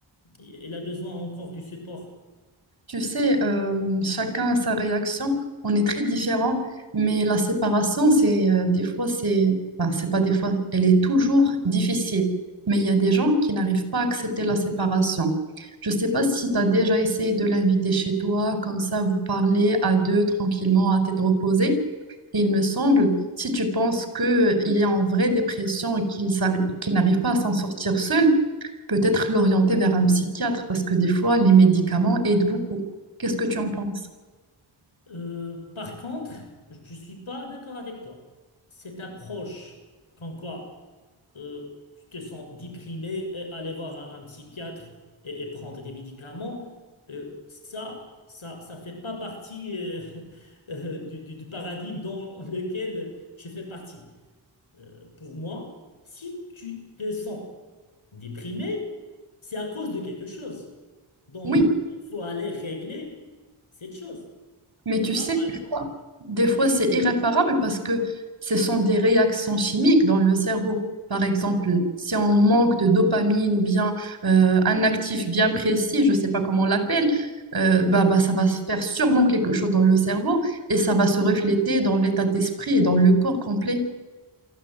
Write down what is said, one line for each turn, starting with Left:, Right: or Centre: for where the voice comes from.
Left: il a besoin encore du support.
Right: Tu sais, euh, chacun a sa réaction. On est très différents, mais la séparation, c'est euh, des fois, c'est, ben, c'est pas des fois, elle est toujours difficile. Mais il y a des gens qui n'arrivent pas à accepter la séparation. Je sais pas si tu as déjà essayé de l'inviter chez toi, comme ça, vous parlez à deux tranquillement, à tête reposée. Et il me semble, si tu penses qu'il est en vraie dépression et qu'il s'arri- qu'il n'arrive pas à s'en sortir seul, peut-être l'orienter vers un psychiatre parce que des fois, les médicaments aident beaucoup. Qu'est-ce que tu en penses?
Left: Euh, par contre, je suis pas d'accord avec toi. Cette approche, quand quoi, euh, tu te sens déprimé et aller voir un, un psychiatre et, et prendre des médicaments, euh, ça, ça, ça fait pas partie euh, <laughs> euh, du, du- du paradigme dans lequel je fais partie. euh, pour moi, si tu te sens déprimé, c'est à cause de quelque chose. Donc,
Right: Oui,
Left: il faut aller régler cette chose.
Right: mais tu
Left: Ah,
Right: sais,
Left: par exemple,
Right: Des fois, c'est irréparable parce que ce sont des réactions chimiques dans le cerveau. Par exemple, si on manque de dopamine ou bien euh, un actif bien précis, je ne sais pas comment on l'appelle, euh, bah, bah, ça va se faire sûrement quelque chose dans le cerveau et ça va se refléter dans l'état d'esprit et dans le corps complet.